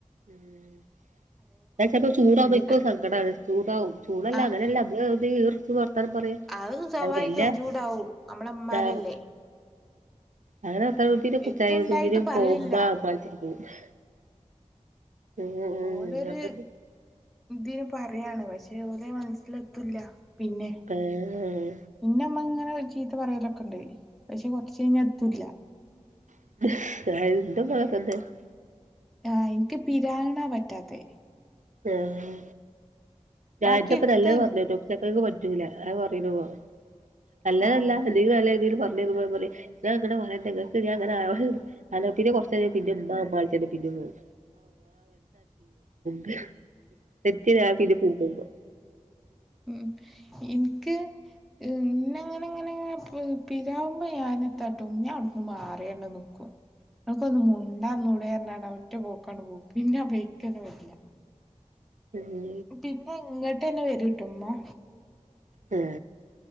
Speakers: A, on the right (about 80°); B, in the centre.
A: ഇന്നത്തപ്പോ ചൂടാവുമ്പോ
B: ഇന്റെ
A: ഇൻക്കും ഒര് സങ്കടാണ് ചൂടാവും ചൂടല്ല
B: ആഹ്
A: അങ്ങനെഅല്ല അമ്മള് ഒന്നീഈറടുച്ചിമ്പോ വർത്താനം പറയാ
B: അഹ് സ്വഭാവികം
A: അത് എല്ലാ
B: ചൂടാവും അമ്മളമ്മാരല്ലേ
A: ആഹ് അങ്ങനെ <unintelligible> കുച്ചായ
B: എത്തുണ്ടായിട്ട്
A: കുപ്പീലും
B: പറയല്ല
A: പോവും ഉമ്മ <unintelligible> മ് മ്
B: ഓലൊരു
A: മ് <inaudible>
B: ഇതിന് പറയാണ് പക്ഷെ ഓലെ മനസ്സിലെത്തുല്ല പിന്നെ
A: ആഹ്
B: എന്റെ അമ്മ അങ്ങനെ ചീത്ത പറയലൊക്കെ ഉണ്ട് പക്ഷെ കുറച്ച് കഴിഞ്ഞ അതൂല്ല
A: <unintelligible>
B: ആഹ് എനിക്ക് പിരാങ്ങണാ പറ്റാത്തെ
A: ആഹ് ഞാൻ
B: ബാക്കി
A: ചിലപ്പോ
B: എത്തും
A: നല്ലത് പറഞ്ഞ് വിടും ചിലപ്പോ ഒക്കെ പറ്റൂല അത് പറയണ പോ നല്ലതല്ല
B: ആഹ്
A: നീ നല്ല രീതിയിൽ പറഞ്ഞത് പോ പറയും ഞാ അങ്ങന പറയട്ടേ എന്നിട്ട് ഞാൻ അങ്ങനെ അന്നാ പിന്നെ കുറച്ച കഴിഞ്ഞാ പിന്നെ ഉമ്മ ഉമ്മ വിളിച്ചോണ്ട് പിന്നെം പോം <unintelligible> <unintelligible>
B: മ് എനിക്ക് ഇന്ന അങ്ങനെ ഇങ്ങനെ പിരാകുമ്പോ ഞാനത്തട്ടും ഞാൻ അവിടുന്ന് മാറിയേണ്ട നിക്കും നിനക്കൊന്ന് മുണ്ടാന്നൂടെ എറണാട ഒറ്റ പോക്കാങ്ങ് പോകും പിന്നെ ആ വഴിക്കൊന്നും വരില്ല
A: മ്
B: പിന്നെ ഇങ്ങോട്ട് തന്നെ വരൂട്ടോമ്മ
A: മ്